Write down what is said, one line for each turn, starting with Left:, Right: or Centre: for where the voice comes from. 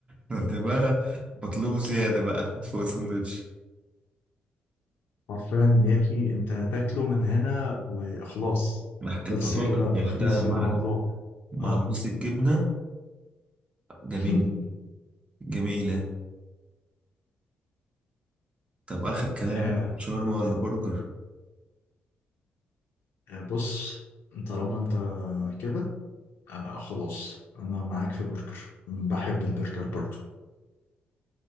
Right: ده بقى مطلوب زيادة بقى فوق السندوتش
Left: حرفيا يا اخي انت هتاكله من هنا وخلاص
Right: مع البطاطا
Left: بس كده
Right: لوحدها
Left: خلص
Right: مع
Left: الموضوع
Right: مع
Left: اه
Right: صوص الجبنة جميل
Left: <laughs>
Right: جميلة طب آخر كلام
Left: آه،
Right: شاورما ولا برجر
Left: آه، بص طالما انت كده آه خلاص انا معاك في برجر بحب البرجر برضو